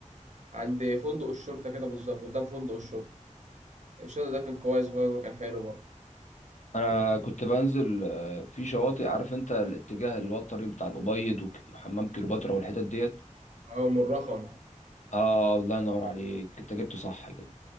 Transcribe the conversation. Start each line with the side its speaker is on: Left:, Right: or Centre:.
Right: عند فندق الشرطة كده بالظبط قدام فندق الشرطة الشاطئ ده كان كويس برضه كان حلو برضه
Left: انا
Right: و...
Left: كنت بنزل آه، في شواطئ عارف انت الاتجاه اللي هو الطريق بتاع الابيض وك- وحمام كليوباترا والحتت ديت
Right: اه من رخم
Left: اه الله ينور عليك انت جبت صح كده